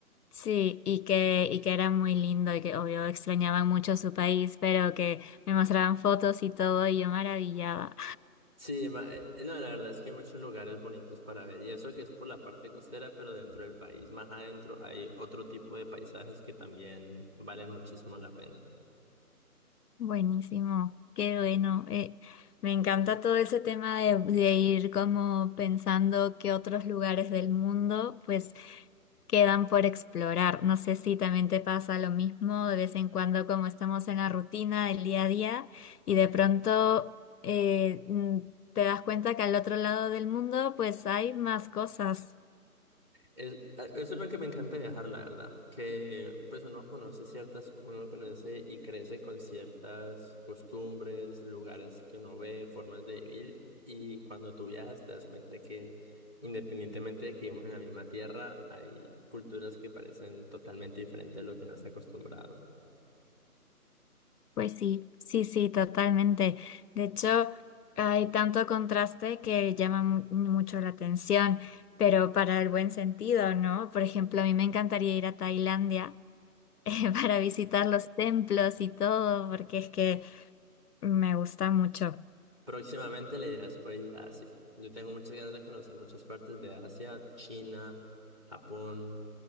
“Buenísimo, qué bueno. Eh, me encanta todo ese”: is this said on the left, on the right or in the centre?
Left